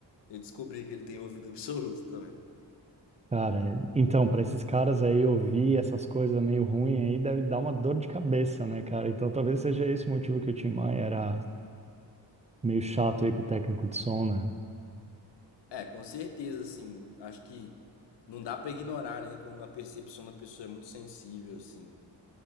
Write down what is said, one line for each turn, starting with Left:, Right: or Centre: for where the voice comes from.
Left: Eu descobri que ele tem ouvido <laughs> absoluto também.
Right: Cara, é, então, pra esses caras aí ouvir essas coisas meio ruins aí deve dar uma dor de cabeça, né, cara? Então talvez seja esse o motivo que o Tim Maia era meio chato aí com o técnico de som, né?
Left: É, com certeza, assim. Acho que não dá pra ignorar, né? Quando a percepção da pessoa é muito sensível, assim.